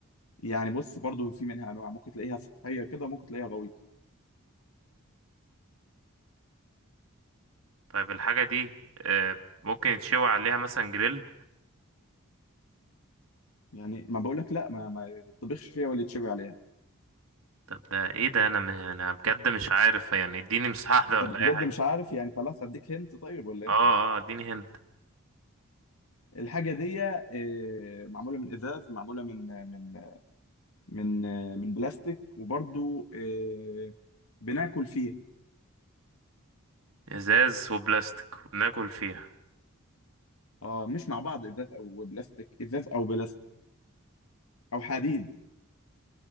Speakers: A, on the left; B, on the right.
A: يعني بص برضو في منها انواع ممكن تلاقيها سطحيه كده وممكن تلاقيها غويطه
B: طيب الحاجة دي آه، ممكن يتشوي عليها مثلا جريل
A: يعني ما بقولك لا ما ما يطبخش فيها ولا يتشوي عليها
B: طب ده ايه ده انا م- انا بجد مش عارف يعني اديني مساحة واحدة
A: انت
B: ولا
A: بجد
B: اي
A: مش عارف يعني خلاص اديك هنت طيب ولا ايه
B: اه اه اديني هنت
A: الحاجه دي آه، معموله من ازاز معموله من من من آه، من بلاستيك وبرضو آه، بناكل فيها
B: ازاز وبلاستيك وبناكل فيها
A: اه مش مع بعض ازاز او بلاستيك ازاز او بلاستيك او حديد